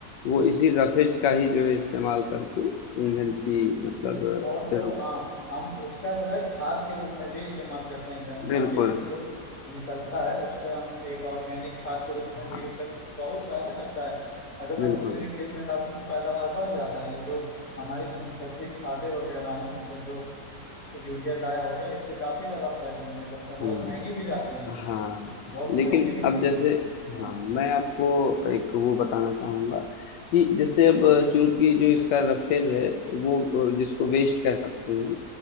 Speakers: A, on the left; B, on the left.
A: वो इसी रफेज का ही जो है इस्तेमाल करके ईंधन की मतलब अ,
B: और तो
A: जरूरत
B: हाँ हम उसका जो है खाद के रूप में भी इस्तेमाल करते हैं गन्ना
A: बिल्कुल
B: मिल से जो निकलता है उस पे हम एक ऑर्गेनिक खाद के रूप में भी
A: हाँ
B: यूज करते हैं बहुत फायदा करता है अगर जो
A: बिल्कुल
B: हम किसी भी खेत में डालते हैं तो पैदावार बढ़ जाता है ये जो हमारी सिंथेटिक खादें वगैरह हैं मतलब जो यूरिया डाया हो गया इससे काफी ज्यादा फायदा मिलने करते हैं बहुत
A: हम्म
B: महंगी भी जाती हैं ये
A: हाँ
B: बहुत
A: लेकिन
B: महंगी बिकती
A: अब जैसे
B: हैं हाँ
A: हाँ मैं आपको एक वो बताना चाहूँगा कि जैसे अब चूंकि जो इसका रफेज है वो अ, जिसको वेस्ट कह सकते हैं